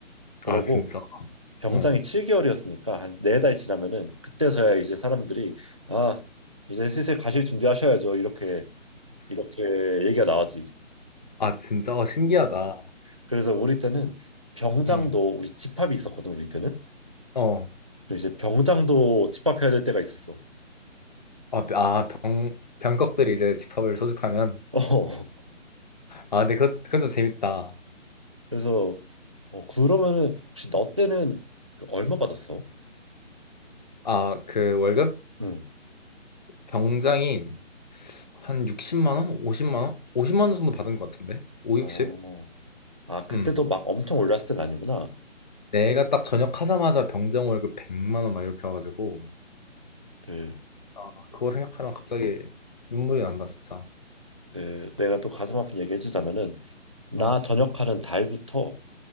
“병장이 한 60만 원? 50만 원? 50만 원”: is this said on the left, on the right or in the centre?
Left